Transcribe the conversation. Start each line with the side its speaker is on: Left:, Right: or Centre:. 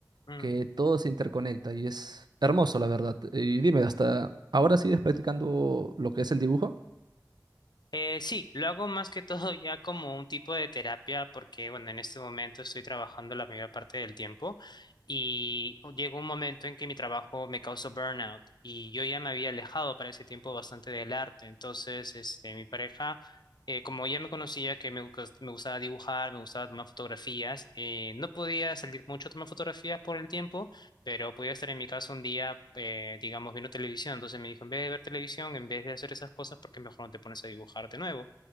Left: Mm.
Right: que todo se interconecta y es hermoso, la verdad. Y dime, ¿hasta ahora sigues practicando lo que es el dibujo?
Left: Eh, sí, lo hago más que todo <laughs> ya como un tipo de terapia porque, bueno, en este momento estoy trabajando la mayor parte del tiempo y llegó un momento en que mi trabajo me causó burnout y yo ya me había alejado para ese tiempo bastante del arte. Entonces, este, mi pareja, eh, como ya me conocía que me, gus- me gustaba dibujar, me gustaba tomar fotografías, eh, no podía salir mucho a tomar fotografías por el tiempo. Pero podía estar en mi casa un día, eh, digamos, viendo televisión. Entonces me dijo, en vez de ver televisión, en vez de hacer esas cosas, ¿por qué mejor no te pones a dibujar de nuevo?